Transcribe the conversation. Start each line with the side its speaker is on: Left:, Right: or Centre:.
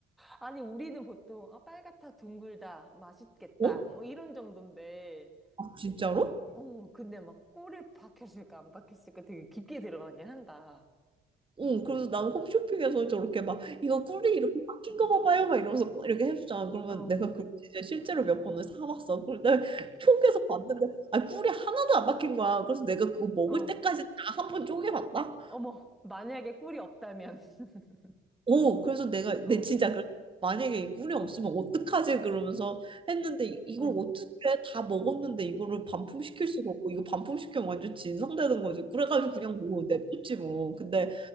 Centre: 아니, 우리는 보통, 아, 빨갛다, 둥글다, 맛있겠다,
Right: 어?
Centre: 뭐 이런 정도인데,
Right: 아, 진짜로?
Centre: 어, 근데 막 꿀이 박혔을까, 안 박혔을까 되게 깊게 들어가긴 한다.
Right: 응, 그래서 난 홈쇼핑에서 저렇게 막 이거 꿀이 이렇게 박힌 거 봐봐요 막 이러면서 이렇게 해주잖아. 그러면
Centre: 어,
Right: 내가 그 진짜 실제로 몇 번을 사왔어. 그런데 속에서 봤는데 아 꿀이 하나도 안 박힌 거야. 그래서 내가 그거 먹을
Centre: 어,
Right: 때까지 다 한 번 쪼개봤다.
Centre: 어머, 만약에 꿀이 없다면, <laughs>
Right: 오, 그래서 내가
Centre: 어,
Right: 내 진짜 그래. 만약에 이 꿀이 없으면 어떡하지? 그러면서 했는데 이- 이걸
Centre: 어.
Right: 어떻게 다 먹었는데 이거를 반품시킬 수도 없고 이거 반품시키면 완전 진상되는 거지. 그래가지고 그냥 뭐 냅뒀지 뭐. 근데